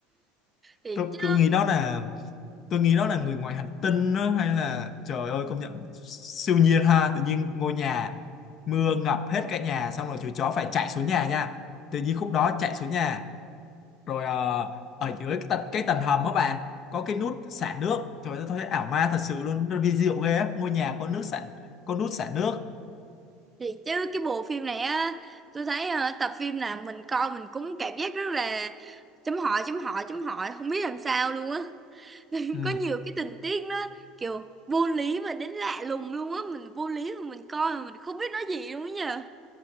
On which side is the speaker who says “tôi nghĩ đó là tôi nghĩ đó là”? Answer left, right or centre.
Left